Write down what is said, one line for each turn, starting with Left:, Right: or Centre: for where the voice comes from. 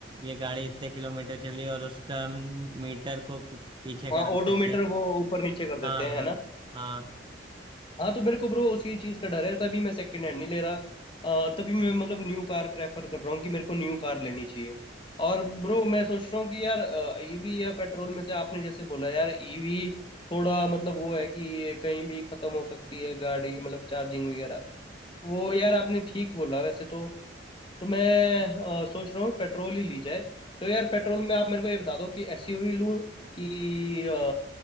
Right: ये गाड़ी इतने किलोमीटर चली और उसका मीटर को पी- पीछे
Left: हाँ
Right: करा
Left: ओडोमीटर
Right: देते हैं
Left: वो ऊपर नीचे कर देते
Right: हाँ
Left: हैं
Right: हाँ
Left: है ना
Right: हाँ
Left: हाँ तो मेरे को ब्रो उसी चीज़ का डर है तभी मैं सेकंड हैंड नहीं ले रहा अ, तभी मैं मतलब न्यू कार प्रेफर कर रहा हूँ कि मेरे को न्यू कार लेनी चाहिए और ब्रो मैं सोच रहा हूँ कि यार ईवी या पेट्रोल में से आपने जैसे बोला यार ईवी थोड़ा मतलब वो है कि ये कहीं भी खत्म हो सकती है गाड़ी मतलब चार्जिंग वगैरह वो यार आपने ठीक बोला वैसे तो तो मैं अ, सोच रहा हूँ पेट्रोल ही ली जाए तो यार पेट्रोल में आप मेरे को ये बता दो कि एसयूवी लूँ कि अ,